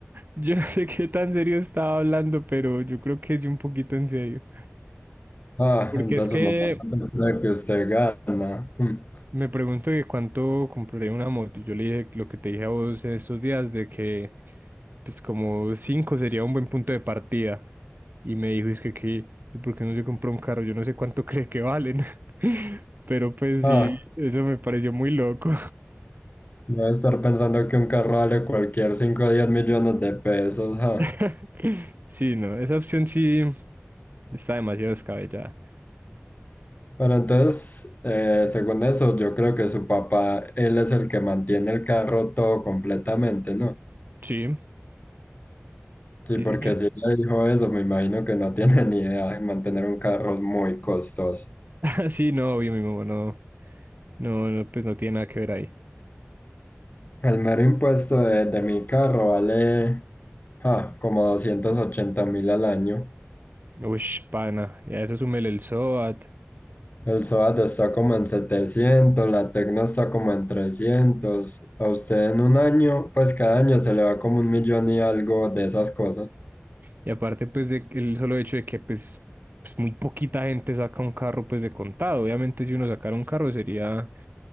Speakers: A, on the right; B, on the left.
A: Yo no sé qué tan serio estaba hablando, pero yo creo que es un poquito en serio.
B: Ah,
A: Porque
B: entonces
A: es que
B: su mamá no cree que usted gana. Mm.
A: Me pregunto que cuánto compraré una moto. Yo le dije lo que te dije a vos en estos días de que, pues como 5 sería un buen punto de partida. Y me dijo, es que, que, ¿y ¿por qué no se compró un carro? Yo no sé cuánto <laughs> cree que valen. <laughs> Pero pues
B: Ah,
A: sí, eso me pareció muy loco.
B: debe estar pensando que un carro vale cualquier 5 o 10 millones de pesos. ah.
A: <laughs> Sí, no, esa opción sí está demasiado descabellada.
B: Pero entonces, eh, según eso, yo creo que su papá, él es el que mantiene el carro todo completamente, ¿no?
A: Sí,
B: Sí,
A: sí,
B: porque
A: señor.
B: si ella dijo eso, me imagino que no <laughs> tiene ni idea de mantener un carro es muy costoso.
A: <laughs> Sí, no, obvio, mi mamá no, no, no, pues no tiene nada que ver ahí.
B: El mero impuesto de, de mi carro vale ah, como doscientos ochenta mil al año.
A: Uy, pana, y a eso súmele el SOAT.
B: El SOAT está como en 700, la Tecno está como en 300. A usted en un año, pues cada año se le va como un millón y algo de esas cosas.
A: Y aparte, pues, de, el solo hecho de que, pues, pues, muy poquita gente saca un carro, pues, de contado. Obviamente, si uno sacara un carro sería,